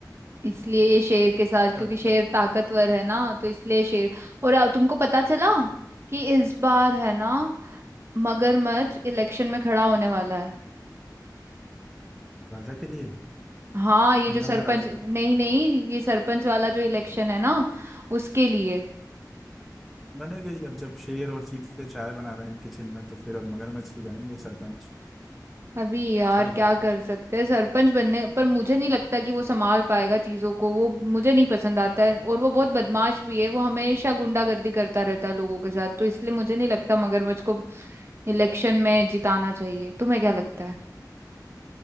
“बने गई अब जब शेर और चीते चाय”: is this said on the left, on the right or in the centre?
Centre